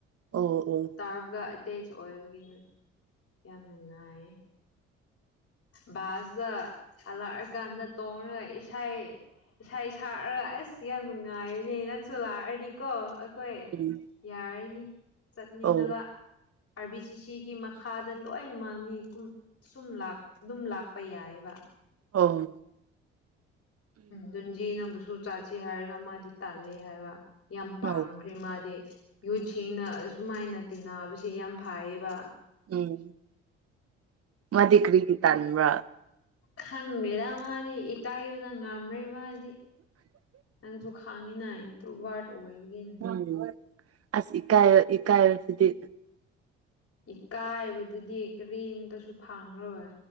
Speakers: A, on the right; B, on the left.
A: ꯑꯣ
B: ꯇꯥꯔꯕꯐꯥ ꯑꯦꯇꯦꯆ ꯑꯣꯏꯕꯒꯤꯅ ꯌꯥꯝ ꯅꯨꯡꯉꯥꯏ ꯕꯥꯁꯇ ꯍꯜꯂꯛꯑꯀꯥꯟꯗ ꯇꯣꯡꯔꯒ ꯏꯁꯩ ꯏꯁꯩ ꯁꯥꯔꯛꯑꯒ ꯑꯁ ꯌꯥꯝ ꯅꯨꯡꯉꯥꯏꯅꯦ ꯅꯪꯁꯨ ꯂꯥꯛꯑꯔꯗꯤꯀꯣ ꯑꯩꯈꯣꯏ
A: ꯑꯣ
B: ꯌꯥꯔꯤꯅꯤ ꯆꯠꯃꯤꯟꯅꯕ
A: ꯑꯣ
B: ꯑꯥꯔ ꯕꯤ ꯁꯤ ꯁꯤꯒꯤ ꯃꯈꯥ ꯈꯥꯗ ꯂꯣꯏꯅ ꯃꯥꯡꯃꯤ ꯀꯨꯝ ꯁꯨꯝ ꯑꯗꯨꯝ ꯂꯥꯛꯄ ꯌꯥꯏꯑꯕ
A: ꯑꯣ
B: ꯗꯨꯟꯖꯤ ꯅꯪꯕꯨꯁꯨ ꯆꯥꯖꯤ ꯍꯥꯏꯔꯒ ꯃꯥꯗꯤ ꯇꯥꯜꯂꯦ ꯍꯥꯏꯕ ꯌꯥꯝ ꯄꯥꯝꯈ꯭ꯔꯦ
A: ꯑꯣ
B: ꯃꯥꯗꯤ ꯌꯨꯠꯁꯤꯅ ꯑꯁꯨꯃꯥꯏꯅ ꯇꯤꯟꯅꯕꯁꯦ ꯌꯥꯝ ꯐꯩꯌꯦꯕ
A: ꯎꯝ ꯃꯗꯤ ꯀꯔꯤꯒꯤ ꯇꯥꯟꯕ꯭ꯔ
B: ꯈꯪꯗꯦꯗ ꯃꯥꯗꯤ ꯏꯀꯥꯏꯕꯅ ꯉꯝꯔꯦ ꯃꯥꯗꯤ ꯅꯪꯁꯨ ꯈꯥꯡꯉꯤꯅ ꯏꯟꯇ꯭ꯔꯨ ꯕꯔꯗ ꯑꯣꯏꯕꯒꯤꯅꯤ
A: ꯎꯝ ꯑꯁ ꯏꯀꯥꯏ ꯏꯀꯥꯏ ꯁꯤꯗꯤ
B: ꯏꯀꯥꯏꯕꯗꯨꯗꯤ ꯀꯔꯤꯝꯇꯁꯨ ꯐꯪꯔꯣꯏ